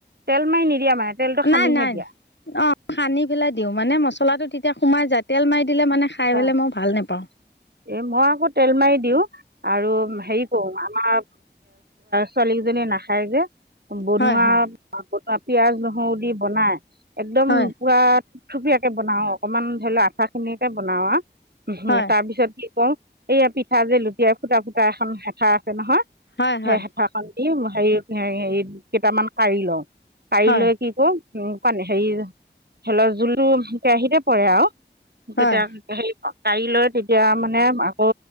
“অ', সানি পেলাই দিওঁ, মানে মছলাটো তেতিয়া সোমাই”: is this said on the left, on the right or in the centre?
Left